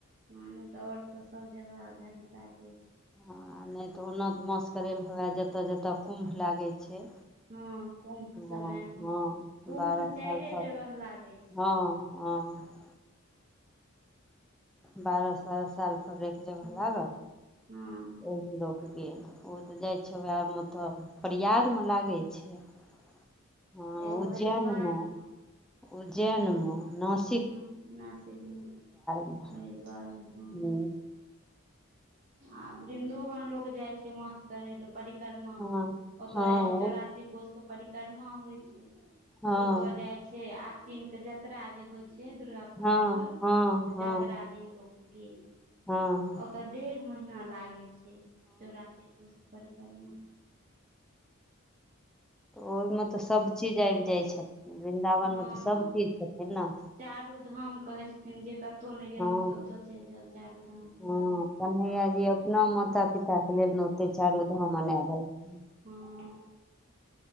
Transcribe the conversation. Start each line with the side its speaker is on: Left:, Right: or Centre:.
Right: ह नहि त और तऽ सब जगह आब धर्मशाले छै
Centre: आ नहि तऽ ओन्न तऽ मास करै लए हुए जतऽ जतय कुम्भ लागै छै
Right: हँ कुम्भ
Centre: हँ
Right: के समय मे
Centre: हँ
Right: कुम्भ
Centre: बारह
Right: त
Centre: साल
Right: चारे
Centre: पर
Right: जगह लागे छै
Centre: हँ हँ बारह बारह साल पर रहयके जगह
Right: हँ
Centre: लागह
Right: हँ
Centre: ओ लोक गेल ओ तऽ जाइ छै ओएहमे तऽ प्रयागमे लागै छै हँ
Right: एगो
Centre: उज्जैनमे
Right: हरिद्वारमे
Centre: उज्जैनमे नास
Right: हँ नासिकमे
Centre: मे
Right: हरिद्वार में हं
Centre: हूँ
Right: आब वृन्दोवन लोक जाइ छै मास करय लए पर परिक्रमा
Centre: हँ
Right: मे ओतय
Centre: हँ
Right: जाइ छै
Centre: ओ
Right: चौरासी कोश के परिक्रमा होइ छै
Centre: हँ
Right: तऽ ओतय जाय छै आश्विन के जतरा जे होइ छै छै दुर्गा पूजाके
Centre: हँ हँ
Right: तऽ
Centre: हँ
Right: जतरा दिन लोक गेल
Centre: हँ
Right: तऽ डेढ़ महीना लागै छै चौरासी कोष परिक्रमा मे
Centre: ओहि म तऽ सभचीज आबि जाइ छथिन वृन्दावनमे
Right: हँ
Centre: तऽ सभचीज छथिन ने
Right: चारू धाम कहे छथिन न जे कतहु नहि गेलहुँ
Centre: हँ
Right: से ओतऽ चैल जाउ चारू धाम पूरा
Centre: हँ
Right: भए गेल
Centre: कन्हैया जी अपना माता
Right: हँ
Centre: पिता के लेने ओते चारू धाम मना देलकै
Right: हूँ